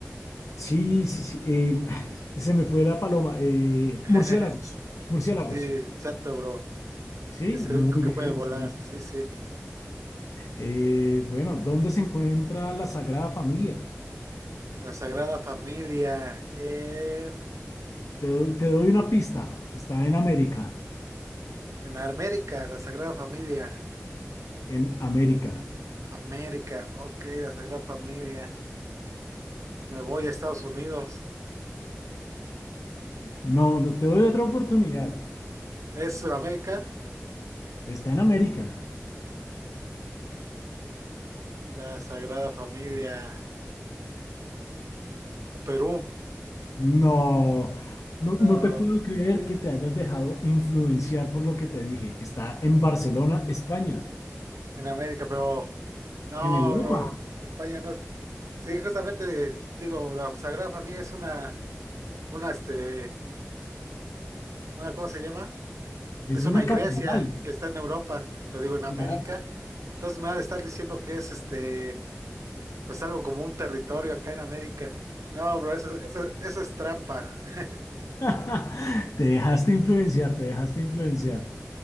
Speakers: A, on the left (about 80°); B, on the right (about 80°).
A: Sí, sí, sí. eh, <sighs> se me fue la paloma. eh,
B: <laughs>
A: murciélagos, murciélagos.
B: Sí, exacto, bro.
A: Sí,
B: Es
A: muy
B: el único que
A: bien.
B: puede volar.
A: sí, sí,
B: Sí,
A: sí.
B: sí.
A: Eh, bueno, ¿dónde se encuentra la Sagrada Familia?
B: La Sagrada Familia. En,
A: Te doy, te doy una pista. Está en América.
B: en América, la Sagrada Familia.
A: En América.
B: América. Ok, la Sagrada Familia. Me voy a Estados Unidos.
A: No, no te doy otra oportunidad.
B: ¿Es Sudamérica?
A: Está en América.
B: La Sagrada Familia. A Perú.
A: No, no,
B: No,
A: no te puedo creer que te hayas dejado influenciar por lo que te dije. Está en Barcelona, España,
B: en América, pero. No,
A: en Europa.
B: bro. España no es. Sí, justamente digo, la Sagrada Familia es una. una, este, una, ¿cómo se llama?
A: Es
B: Es
A: una
B: una iglesia
A: catedral.
B: que está en Europa, lo digo en América.
A: Claro.
B: Entonces me van a estar diciendo que es, este, pues algo como un territorio acá en América. No, bro, eso, eso, eso es trampa. <laughs>
A: <laughs> Te dejaste influenciar, te dejaste influenciar.